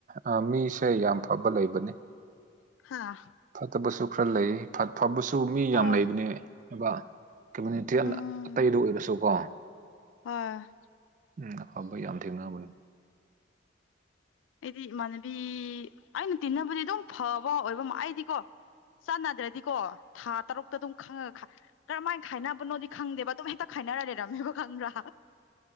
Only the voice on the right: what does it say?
ꯑꯥ ꯃꯤꯁꯦ ꯌꯥꯝ ꯐꯕ ꯂꯩꯕꯅꯦ
ꯐꯠꯇꯕꯁꯨ ꯈꯔ ꯂꯩꯑꯦ ꯐꯠ ꯐꯕꯁꯨ ꯃꯤ
ꯌꯥꯝ ꯂꯩꯕꯅꯦ ꯍꯥꯏꯕ ꯀꯝꯃꯨꯅꯤꯇꯤ
ꯑꯇꯩꯗ ꯑꯣꯏꯔꯁꯨꯀꯣ
ꯎꯝ ꯑꯐꯕ ꯌꯥꯝ ꯊꯦꯡꯅꯕꯅꯦ